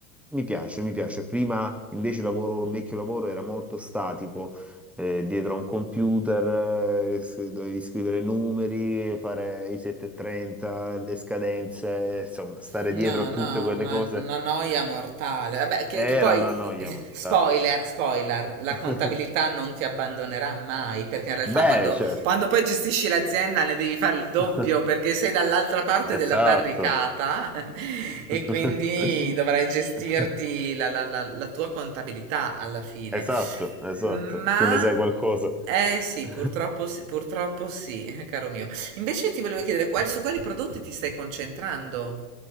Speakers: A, in the centre; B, on the right.
A: mi piace, mi piace. Prima invece il lavoro, il vecchio lavoro era molto statico, eh, dietro a un computer, eh, s- dovevi scrivere numeri, fare i 730, le scadenze, insomma, stare
B: No,
A: dietro a tutte
B: no,
A: quelle
B: una,
A: cose
B: una noia mortale. Vabbè, che,
A: era
B: che poi,
A: una noia
B: <laughs>
A: mortale.
B: spoiler, spoiler, la
A: <laughs>
B: contabilità non ti abbandonerà mai, perché in realtà
A: Beh,
B: quando,
A: certo.
B: quando poi gestisci l'azienda ne devi fare il doppio,
A: <laughs>
B: perché sei dall'altra parte della
A: Esatto.
B: barricata <laughs>
A: <laughs>
B: e quindi dovrai gestirti la, la- la- la tua contabilità alla fine.
A: Esatto, esatto.
B: Ma...
A: Tu ne sai qualcosa.
B: Eh sì,
A: <laughs>
B: purtroppo sì, purtroppo sì, <laughs> caro mio. Invece ti volevo chiedere, qual- su quali prodotti ti stai concentrando?